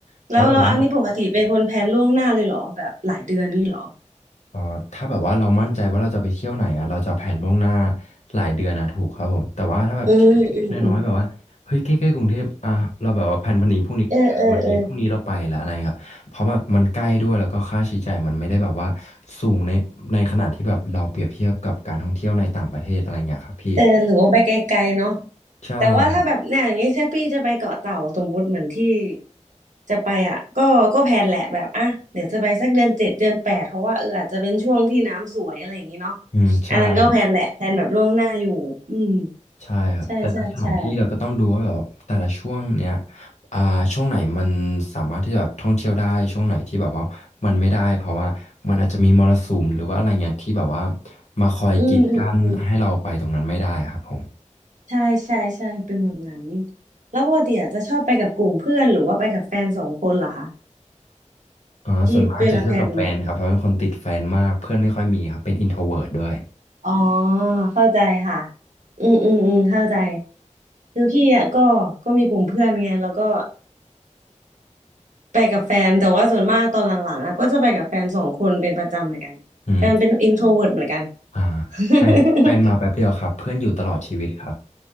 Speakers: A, on the left; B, on the right.
A: เพราะแบบว่า
B: แล้วแล้วอันนี้ปกติเป็นคนแพลนล่วงหน้าเลยเหรอแบบหลายเดือนนี่เหรอ
A: เอ่อถ้าแบบว่าเรามั่นใจว่าเราจะไปเที่ยวไหนอ่ะเราจะแผนล่วงหน้าหลายเดือนนะถูกครับผมแต่ว่าถ้าแบบที่เล็กๆน้อยๆแบบว่าเฮ้ยใกล้ๆกรุงเทพอ่ะเราแบบว่าแผนพันนี้พรุ่งนี้แผนวันนี้พรุ่งนี้เราไปแล้วอะไรครับเพราะแบบมันใกล้ด้วยแล้วก็ค่าใช้จ่ายมันไม่ได้แบบว่า
B: อืมอืมอืมเออเออเออ
A: สูงในในขนาดที่แบบเราเปรียบเทียบกับการท่องเที่ยวในต่างประเทศอะไรเงี้ยครับพี่
B: เออหรือว่าไปไกลๆเนาะ
A: ใช่ครับ
B: แต่ว่าถ้าแบบเนี่ยอย่างงี้ใช่พี่จะไปเกาะเต่าสมมุติเหมือนที่จะไปอ่ะก็ก็แพลนแหละแบบอ่ะเดี๋ยวจะไปสักเดือนเจ็ดเดือนแปดเพราะว่าเอออาจจะเป็นช่วงที่น้ำสวยอะไรอย่างงี้เนาะ
A: อืมใช่ครับ
B: อันนั้นก็แพลนแหละแพลนแบบล่วงหน้าอยู่อืม
A: ใช่ครับแต่ละสถานที่เราก็ต้องดูว่าแบบแต่ละช่วงเนี้ย
B: ใช่ใช่ใช่
A: อ่าช่วงไหนมันสามารถที่จะแบบท่องเที่ยวได้ช่วงไหนที่แบบว่ามันไม่ได้เพราะว่ามันอาจจะมีมรสุมหรือว่าอะไรเงี้ยที่แบบว่ามาคอยกีดกันให้เราไปตรงนั้นไม่ได้ครับผม
B: อืมอืมอืมใช่ใช่ใช่เป็นแบบนั้นแล้วปกติอะจะชอบไปกับกลุ่มเพื่อนหรือว่าไปกับแฟนสองคนเหรอคะ
A: อ่าส่วนมากจะเที่ยวกับแฟนครับเพราะเป็นคนติดแฟนมากเพื่อนไม่ค่อยมีครับเป็นอินโทรเวิร์ด้วย
B: ที่เวลาแพลน อ๋อเข้าใจค่ะอืมอืมอืมเข้าใจคือพี่อ่ะก็ก็มีกลุ่มเพื่อนไงแล้วก็ไปกับแฟนแต่ว่าส่วนมากตอนหลังๆอ่ะก็จะไปกับแฟนสองคนเป็นประจำเหมือนกันแฟนเป็นอินโทรเวิร์เหมือนกัน
A: อืมอ่า
B: <laughs>
A: แฟนแฟนมาแป๊บเดียวครับเพื่อนอยู่ตลอดชีวิตครับ